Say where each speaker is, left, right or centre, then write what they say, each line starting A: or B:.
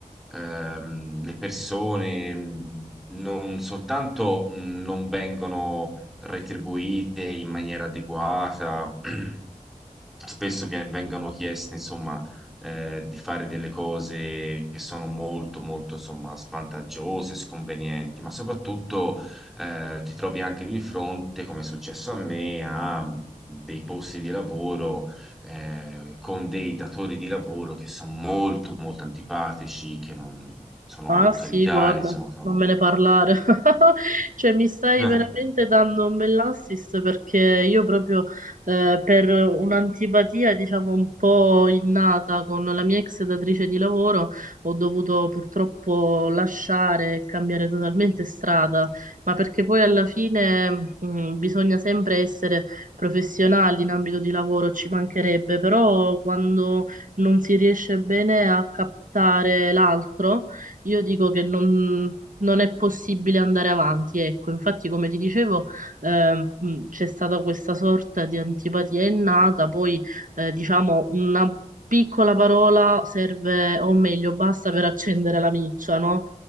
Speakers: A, in the centre; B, on the right.
A: ehm, le persone mh, non soltanto mh, non vengono retribuite in maniera adeguata, <clears throat> spesso vi- vengono chieste, insomma, eh, di fare delle cose che sono molto, molto, insomma, svantaggiose, sconvenienti, ma soprattutto eh, ti trovi anche di fronte, come è successo a me, a dei posti di lavoro eh, con dei datori di lavoro che sono molto, molto antipatici, che non, sono
B: Ah
A: autoritari,
B: sì, guarda,
A: insomma, sono...
B: non me ne parlare. <laughs> Cioè, mi stai
A: <laughs>
B: veramente dando un bell'assist perché io proprio eh, per un'antipatia, diciamo, un po' innata con la mia ex datrice di lavoro, ho dovuto purtroppo lasciare e cambiare totalmente strada, ma perché poi alla fine mh, bisogna sempre essere professionali in ambito di lavoro, ci mancherebbe, però quando non si riesce bene a captare l'altro io dico che non, non è possibile andare avanti. Ecco, infatti, come ti dicevo, eh, mh, c'è stata questa sorta di antipatia innata, poi eh, diciamo una piccola parola serve, o meglio, basta per accendere la miccia, no?